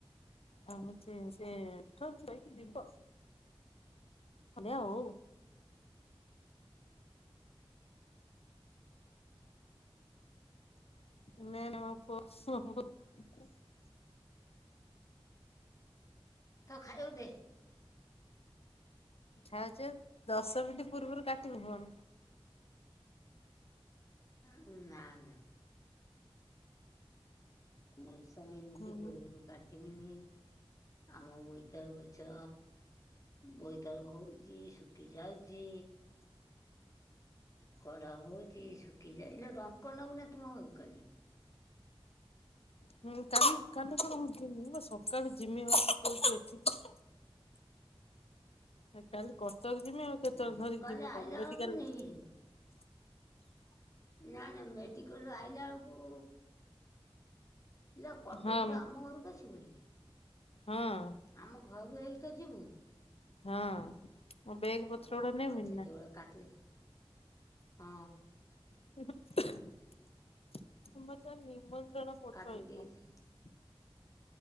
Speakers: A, on the left; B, on the left.
A: ଆ ହଉଛି ସେ ଉଠ <unintelligible> ସନ୍ଧ୍ୟା ହଉ। <unintelligible>
B: ତ ଖାଇବାକୁ ଦେ।
A: ଛା ଛୁ ଦଶ ମିନିଟ୍ ପୂର୍ବରୁ କାଟିବୁ ଫୋନ୍।
B: ଉଁ ନା ନା। <unintelligible> ମୁଁ ଇମତି
A: ହୁଁ
B: ପୂର୍ବରୁ କାଟିବିିନି। ଆମ ବଇ ତଉ ଗଛ ବୋଇତାଳୁ ହଉଛି, ଶୁଖି ଯାଉଛି କଢ ହଉଛି। ଶୁଖିଯାଅ ଇଲୋ! ଡଙ୍କ ନବୁନା ତୁମ ଘରକୁ କାଲି?
A: ହୁଁ କାଲି କାଲି କଣ ହଉଛି? ମୁଁ ବା ସକାଳୁ ଜିମି ବୋଲି କହୁଛି ଏଠିକି। ଆ କାଲି କର କେତେ <unintelligible> ଯିମି ଆଉ
B: ହୁଁ
A: କେତେବେଳେ ଧରିକି
B: କାଲି
A: ଯିମି କଣ
B: ଆଇଲା
A: ମେଡିକାଲେ।
B: ବେଳକୁ ନେଇକି ଯିବୁ ନା ନା ମେଡିକଲରୁ ଆଇଲା ଅଳକୁ ଇଲୋ କଟକରୁ
A: ହଁ
B: ଆମ ଘରକୁ ଆସିବୁନି କି?
A: ହଁ।
B: ଆମ ଘରୁ ତୁ ହେଇତ ଯିବୁ।
A: ହଁ, ମୋ ବେଗ ପତ୍ରଉଡା
B: ଓହୋ
A: ନେବିନ୍
B: ସେତେବେଳେ
A: ନା।
B: କାଟି ହଁ।
A: ଉହୁଁ ତୁ ମତେ ନିମୋନ
B: କାଟି ଦେଇଛି
A: <unintelligible>